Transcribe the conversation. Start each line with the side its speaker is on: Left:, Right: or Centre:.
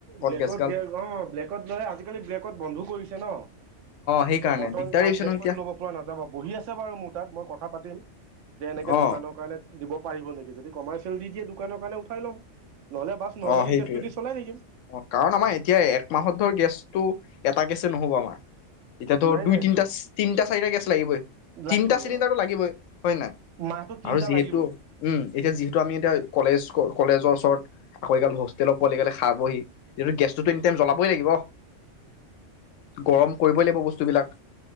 Right: ব্লেকত
Left: গেছ গাল
Right: গ অ ব্লেকত মানে আজিকালি ব্লেকত বন্ধো কৰিছে ন। অ।
Left: সেইকাৰণে
Right: এ ব্তন
Left: দিগদাৰি
Right: অ
Left: হৈছে
Right: ব্লেকত
Left: নহয় এতিয়া
Right: ল'ব পৰা নাযাবা বহি আছে বাৰু মোৰ তাত মই কথা পাতিম। যেনেকে
Left: অ
Right: দোকানৰ কাৰণে দিব পাৰিব নেকি যদি কমাৰ্চিয়েল দি দিয়ে দোকানৰ কাৰণে উঠাই ল'ম। নহ'লে বাছ নৰ্মেলি
Left: অ সেইটয়ে
Right: গেছটো দি চলাই থাকিম
Left: অ কাৰণ আমাৰ এতিয়া একমাহত ধৰ গেছটো এটা গেছে নহ'ব আমাৰ। এতিয়াাতো
Right: নাই
Left: দুই
Right: নাই
Left: তিনিটা তিনটা চাৰিটা গেছ লাগিবই
Right: লাগিবই
Left: তিনটা চিলিণ্ডাৰটো
Right: আৰু
Left: লাগিবই হয় নে নাই
Right: মাহটোত তিনিটা
Left: আৰু যিহেতু
Right: লাগিবই
Left: উম এতিয়া যিহেতু আমি এতিয়া কলেজ কলেজৰ ওচৰত। আকৌ এইাল হোষ্টেলত পোৱালিগালে খাব বহি যটো গেছ টো। জ্বলাবই লাগিব গৰম। কৰিবই লাগিব বস্তুবিলাক।